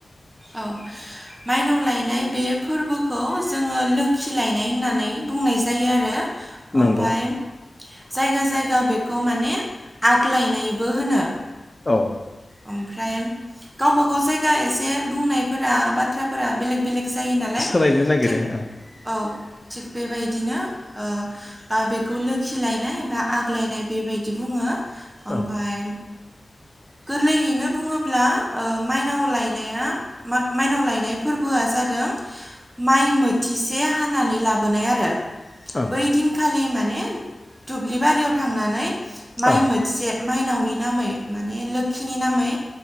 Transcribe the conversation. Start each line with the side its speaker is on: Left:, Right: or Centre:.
Right: औ माइनाव लायनाय बे फोरबोखौ जोङो लोखि लायनाय होननानै बुंनाय जायो आरो ओमफाय
Left: नंगौ
Right: जायगा जायगा बेखौ माने आगलायनायबो होनो।
Left: औ
Right: ओमफ्राय गावबा गाव जायगा एसे बुंनायफोरा बाथ्राफोरा बेलेक बेलेक जायो नालाय
Left: सोलायनो नागिरो
Right: थिक
Left: ओं
Right: औ थिग बेबायदिनो ओ, बा बेखौ लोखिलायनाय बा आग्लायनाय बेबायदि बुङो। ओमफाय
Left: ओं
Right: गोरलैयैनो बुङोब्ला ओ माइनाव लायनाया मा-माइनाव लायनाय फोरबोआ जा जादों माइ मोथिसे हानानै लाबोनाय आरो।
Left: ओं
Right: बै दिनखालि माने दुब्लि बारियाव थांनानै माइ
Left: ओं
Right: मोथिसे माइनावनि नामै माने लोखिनि नामै